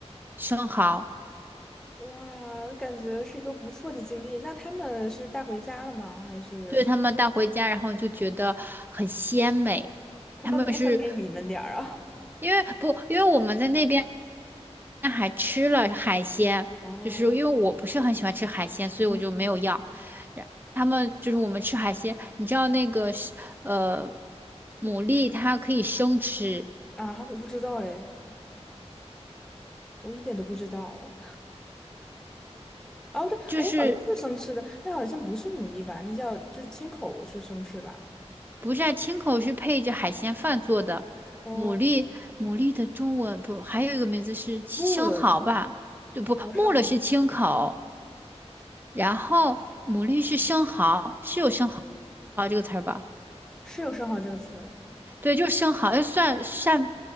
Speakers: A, on the right; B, in the centre.
A: 生蚝，
B: 哇，感觉是一个不错的经历。那他们是带回家了吗？还是
A: 对他们带回家，然后就觉得很鲜美。
B: 他们没分给你们点儿啊？
A: 他们是因为不，因为我们在那边还吃了海鲜，
B: 哦，
A: 就是因为我不是很喜欢吃海鲜，所以我就没有要。
B: 嗯
A: 然他们就是我们吃海鲜，你知道那个是呃牡蛎它可以生吃，
B: 啊，我不知道哎，我一点都不知道。哦，对，
A: 就是。
B: 哎，好像是生吃的，那好像不是牡蛎吧？那叫就是青口是生吃吧？
A: 不是啊，青口是配着海鲜饭做的，
B: 哦，
A: 牡蛎牡蛎的中文不还有一个名字是生蚝吧？
B: 木了，
A: 对不，
B: 哦，生蚝
A: 木耳是青口，然后牡蛎是生蚝，是有生蚝这个词儿吧？
B: 是有生蚝这个词。
A: 对，就是生蚝，要算扇